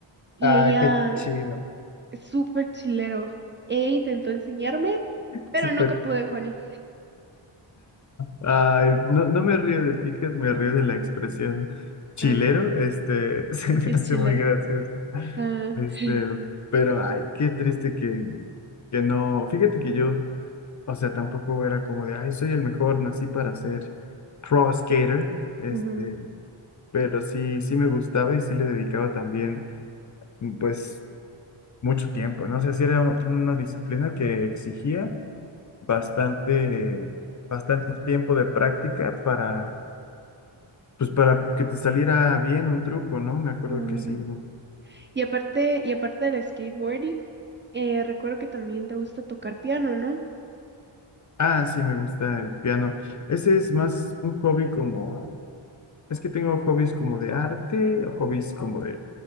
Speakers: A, on the right (about 25°); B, on the left (about 35°).
A: Y
B: Ah,
A: ella,
B: qué chido.
A: súper chilero. Ella intentó enseñarme, pero
B: Súper.
A: nunca pude, Juani.
B: Ay, no, no me río de ticket, me río de la expresión chilero.
A: Ah, sí,
B: Este, <laughs> se
A: aquí
B: me
A: es
B: hace
A: chilero.
B: muy gracioso.
A: Ah,
B: Este,
A: <laughs>
B: pero ay, qué triste que, que no. Fíjate que yo, o sea, tampoco era como de, ay, soy el mejor, nací para ser pro skater. Este,
A: ujú,
B: pero sí, sí me gustaba y sí le dedicaba también, mm, pues, mucho tiempo, ¿no? O sea, sí era u- una disciplina que exigía bastante, bastante tiempo de práctica para, pues, para que te saliera bien un truco, ¿no? Me acuerdo
A: claro.
B: que sí.
A: Y aparte, y aparte del skateboarding, eh, recuerdo que también te gusta tocar piano, ¿no?
B: Ah, sí, me gusta el piano. Ese es más un hobby como, es que tengo hobbies como de arte o hobbies como de